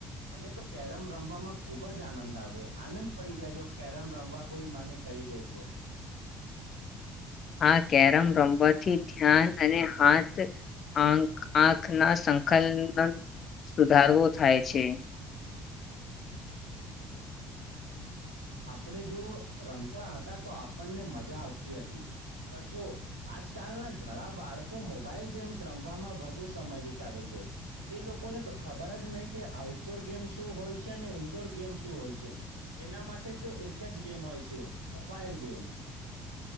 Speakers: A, on the right; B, on the left.
A: મને તો કેરમ રમવામાં ખૂબ જ આનંદ આવે આનંદ પડી જાય જો કેરમ રમવા કોઈ મને કહી દે તો
B: આ કેરમ રમવાથી ધ્યાન અને હાથ આંખના સંકલન સુધારવો થાય છે
A: આપણે જો રમતા હતા તો આપણને મજા આવતી હતી પણ જો આજકાલના ઘણા બાળકો મોબાઈલ ગેમ્સ રમવામાં વધુ સમય વિતાવે છે તે લોકોને તો ખબર જ નહી કે આઉટડોર ગેમ શું હોય છે અને ઇન્ડોર ગેમ શું હોય છે એના માટે તો એક જ ગેમ હોય છે મોબાઈલ ગેમ